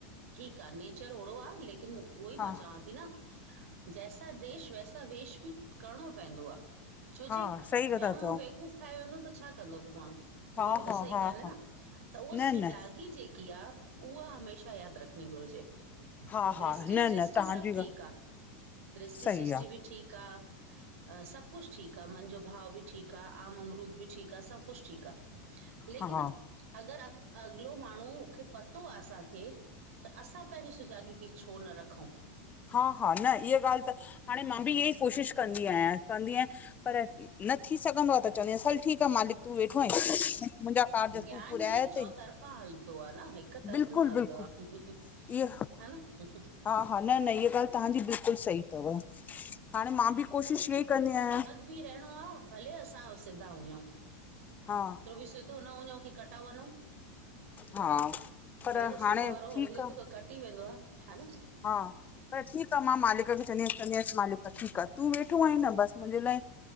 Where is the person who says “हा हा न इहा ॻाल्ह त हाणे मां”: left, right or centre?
Left